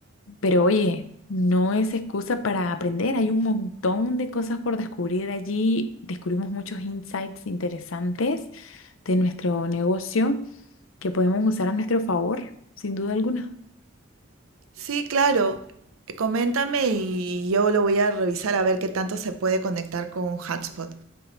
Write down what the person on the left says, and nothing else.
Pero oye, no es excusa para aprender, hay un montón de cosas por descubrir allí, descubrimos muchos insights interesantes de nuestro negocio que podemos usar a nuestro favor, sin duda alguna.